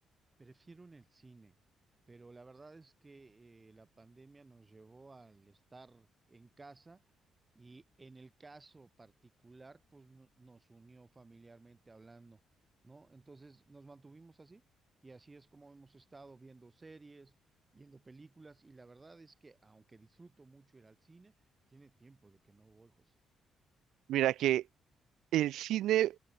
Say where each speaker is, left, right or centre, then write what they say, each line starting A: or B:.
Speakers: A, on the right; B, on the right.
A: Prefiero en el cine, pero la verdad es que eh, la pandemia nos llevó al estar en casa y en el caso particular, pues no- nos unió familiarmente hablando, ¿no? Entonces nos mantuvimos así y así es como hemos estado viendo series, viendo películas y la verdad es que aunque disfruto mucho ir al cine, tiene tiempo de que no voy, José.
B: Mira que El cine